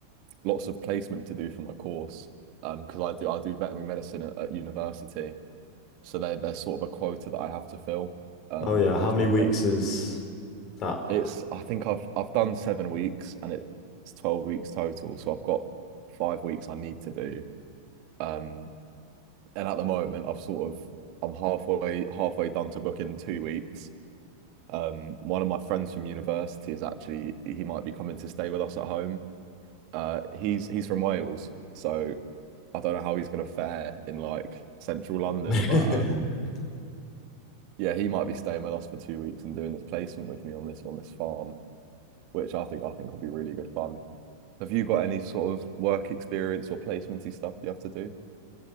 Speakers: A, on the right (about 45°); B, on the left (about 35°).
A: lots of placement to do for my course um, because I do I do veterinary medicine at, at university. So there there's sort of a quota that I have to fill um,
B: Oh, yeah.
A: across
B: How many
A: my
B: weeks
A: first.
B: is that?
A: It's I think I've I've done seven weeks and it's 12 weeks total. So I've got five weeks I need to do. Um, and at the moment I've sort of I'm halfway halfway done to book in two weeks. Um, one of my friends from university is actually he might be coming to stay with us at home. Uh, he's he's from Wales, so I don't know how he's gonna fare in like central London,
B: <laughs>
A: but um, yeah, he might be staying with us for two weeks and doing this placement with me on this on this farm, which I think I think will be really good fun. Have you got any sort of work experience or placementy stuff you have to do?